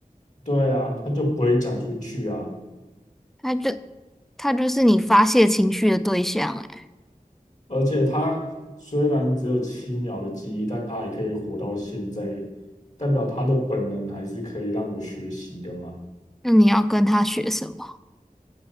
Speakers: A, on the left; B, in the centre.
A: 对啊，它就不会讲出去啊。
B: 他就他就是你发泄情绪的对象哎，
A: 而且他虽然只有七秒的记忆，但他也可以活到现在，代表他的本能还是可以让我学习的嘛。
B: 那你要跟他学什么？